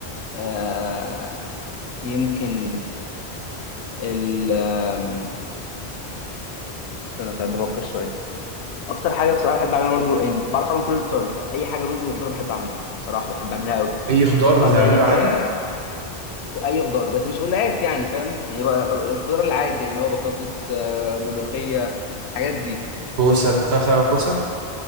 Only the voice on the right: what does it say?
أي خضار
بتعمله
عادي
كوسة بتعرف تعمل كوسة؟